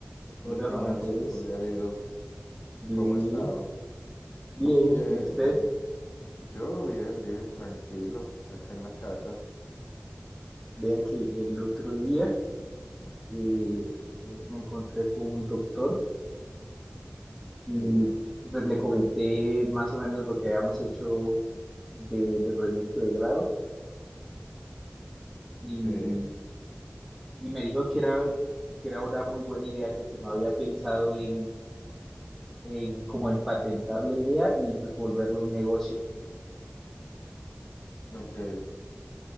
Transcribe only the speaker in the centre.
Hola
Juan
Andrés,
bien,
bien,
bien.
Y usted,
vea que el otro día eh, eh, me encontré con un doctor
y pues le comenté más o menos lo que habíamos hecho de, de proyecto de grado y,
y me dijo que era, que era una muy buena idea, que si no había pensado en, en como en patentar la idea y pues volverlo un negocio.